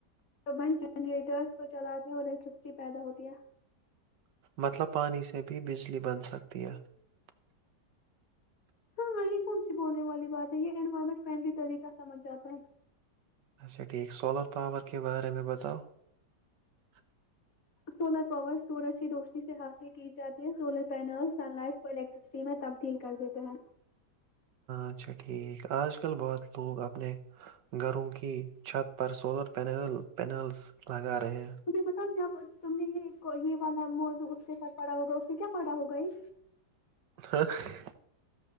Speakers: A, on the left (about 55°); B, on the right (about 80°).
A: تو بن جنریٹرس کو چلاتے ہو الیکٹرسٹی پیدا ہوتی ہے
B: مطلب پانی سے بھی بجلی بن سکتی ہے <unintelligible>
A: ہاں ہاں یہ کون سی بولنے والی بات ہے یہ انوائرمنٹ فرینڈلی طریقہ سمجھ جاتے ہیں
B: اچھا ٹھیک سولر پاور کے بارے میں بتاؤ <inaudible>
A: سولر پاور سورج کی روشنی سے حاصل کی جاتی ہے solar panel sun lights electricity میں تبدیل کر دیتے ہیں
B: اچھا ٹھیک آج کل بہت لوگ اپنے گھروں کی چھت پر سولر پینل پینلس لگا رہےا
A: تھے بتاؤ جب تم نے یہ یہ والا موضوع اس کے ساتھ پڑھا ہوگا اس نے کیا پڑھا ہوگا یہ
B: ا <unintelligible>